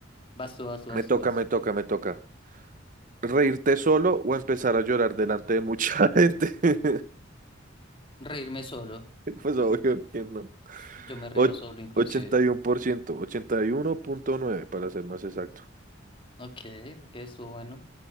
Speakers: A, on the left (about 25°); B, on the right (about 40°).
A: Vas tú, vas tú, vas
B: Me
A: tú,
B: toca,
A: vas
B: me
A: tú.
B: toca, me toca. ¿Reírte solo o empezar a llorar delante de mucha <laughs> gente? <laughs>
A: Reírme solo.
B: Pues obvio que no.
A: Yo me río
B: Och-
A: solo inclusive.
B: ochenta y uno por ciento, ochenta y uno punto nueve para ser más exacto.
A: Ok, ok, estuvo bueno.